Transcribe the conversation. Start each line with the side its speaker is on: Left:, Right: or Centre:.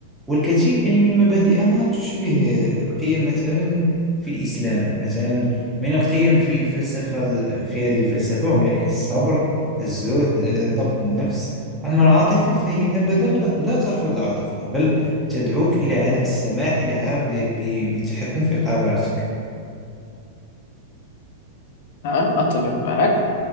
Centre: والكثير يعني من مبادئها تشبه القيم مثلا في الإسلام مثلا من القيم في الفلسفة في هذه الفلسفة هنالك الصبر الزهد آه، ضبط النفس أما العاطفة فهي أبدا لا لا ترفض العاطفة بل تدعوك إلى عدم السماح لها ب- ب- بالتحكم في قراراتك
Left: نعم أتفق معك